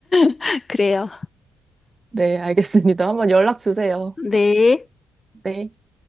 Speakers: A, on the left; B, on the right.
A: <laughs> 그래요.
B: 네, 알겠습니다. 한번 연락 주세요.
A: 네.
B: 네.